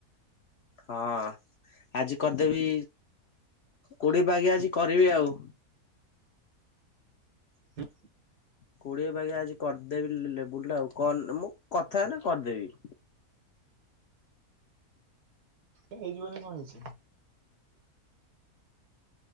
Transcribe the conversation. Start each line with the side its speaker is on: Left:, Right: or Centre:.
Left: ହଁ ଆଜି କରିଦେବି, କୋଡିିଏ ବାଗିଆ ଆଜି କରିବି ଆଉ।
Right: ହଁ
Left: କୋଡିଏ ବାଗିଆ ଆଜି କରିଦେବି ଲେବୁଲ୍ ଆଉ <unintelligible> ମୁଁ କଥାହେନେ କରିଦେବି।
Right: ହେଇଯିବନି କଣ ହେଇଛି।